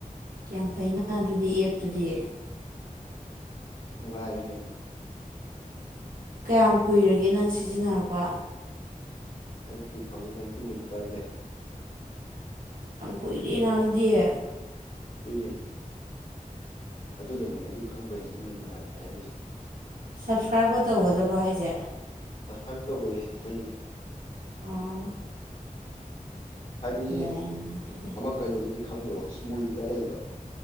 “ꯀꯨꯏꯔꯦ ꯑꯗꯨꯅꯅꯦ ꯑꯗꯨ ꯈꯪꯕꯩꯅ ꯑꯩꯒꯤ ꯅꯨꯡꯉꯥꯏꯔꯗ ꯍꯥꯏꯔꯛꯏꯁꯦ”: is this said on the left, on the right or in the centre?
Left